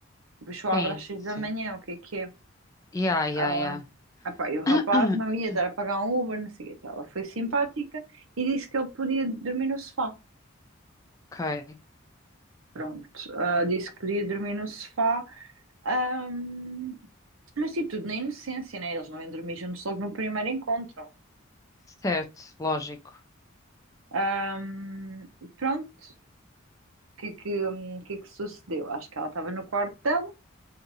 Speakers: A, on the right; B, on the left.
A: Depois só abre
B: Sim,
A: às 6
B: sim.
A: da manhã, o que é que é?
B: Ya, ya,
A: Ela,
B: ya.
A: epá, e o rapaz
B: <coughs>
A: não
B: <clears throat>
A: ia dar a pagar um Uber, não sei o quê. Então, Ela foi simpática e disse que ele podia dormir no sofá.
B: Ok.
A: Pronto, ah, disse que podia dormir no sofá. Ahm, mas tipo, tudo na inocência, né? Eles não iam dormir juntos logo no primeiro encontro.
B: Certo, lógico.
A: Ahm, pronto, o que é que, hum, que é que sucedeu? Acho que ela estava no quarto dela,